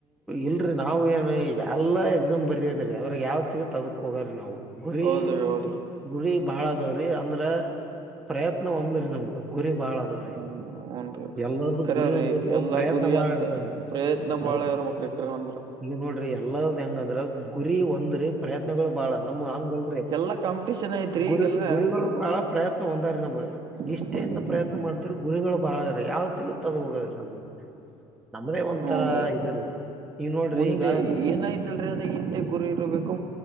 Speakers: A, in the centre; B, on the right.
A: ಇಲ್ರಿ ನಾವು ಏನ್ ಎಲ್ಲಾ ಎಕ್ಸಾಮ್ ಬರಿಯದ್ರೀ ಅದ್ರ ಯಾವ್ ಸಿಗತ್ ಅದಕ್ ಹೋಗಾರ ನಾವು ಗುರಿ
B: ಹೌದ್ರಿ ಹೌದ್ರಿ
A: ಗುರಿ ಬಾಳ ಅದವ್ರಿ ಅಂದ್ರೆ ಪ್ರಯತ್ನ ಒಂದ್ರಿ ನಮ್ದು ಗುರಿ ಬಾಳ ಅದಾವ್ರಿ
B: ಹ್ಮ ಹನ್ರಿ
A: ಎಲ್ಲಾರ್ದು
B: ಕರವ್ರಿ
A: ಗುರಿ ಒಂದಿರ್ತಾವ
B: ಎಲ್ಲಾ
A: ಪ್ರಯತ್ನ
B: ಗುರಿ
A: ಬಾಳ
B: ಅಂತ
A: ಇರ್ತಾವ್ರಿ
B: ಪ್ರಯತ್ನ ಬ ಬಾಳ
A: ಎಲ್
B: ಇರ್ಬೇಕು ರೀ ಕರೆವಂದ್ರ
A: ಈಗ ನೋಡ್ರಿ ಎಲ್ಲದ ಹೆಂಗಂದ್ರ ಗುರಿ ಒಂದ್ರಿ ಪ್ರಯತ್ನಗಳು ಬಾಳ ನಮ್ಮೂವು ಹಂಗಲ್ರಿ
B: ಎಲ್ಲಾ ಕಾಂಪಿಟೇಷನ್ ಐತ್ರಿ
A: ಗುರಿ
B: ಈಗೆಲ್ಲಾ
A: ಗುರಿಗಳೊ ಬಾಳ ಪ್ರಯತ್ನ ಒಂದೇ ರೀ ನಮ್ದ್
B: ಹ್ಮ್
A: ನಿಷ್ಟೆಯಿಂದ ಪ್ರಯತ್ನ ಮಾಡ್ ಗುರಿಗಳು ಬಾಳರೀ ಯಾವ್ದ್ ಸಿಗುತ್ತ ಅದು ಹೋಗದ್ರಿ ನಮ್ಗೆ ನಮದೇ ಒಂತರ
B: ಹೂನ್ರಿ
A: ಇದರಿ ಈಗ ನೋಡ್ರಿ
B: ಮುಂದೆ
A: ಈಗ ನಿಮ್
B: ಏನಾಯ್ತಲ್ರಿ ಅದ ಹಿಂದೆ ಗುರು ಇರಬೇಕು